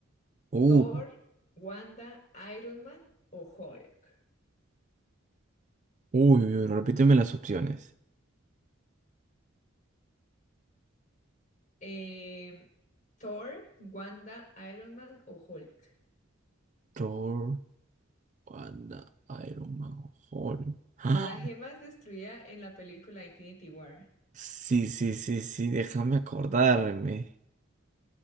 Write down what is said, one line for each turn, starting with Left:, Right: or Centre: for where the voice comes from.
Right: Uh,
Left: Thor, Wanda, Iron Man o Hulk.
Right: uy, uy, uy, repíteme las opciones.
Left: Em, Thor, Wanda, Iron Man o Hulk.
Right: Thor, Wanda, Iron Man, Hulk. ¡Ah!
Left: La gema es destruida en la película Infinity War.
Right: Sí, sí, sí, sí, déjame acordarme.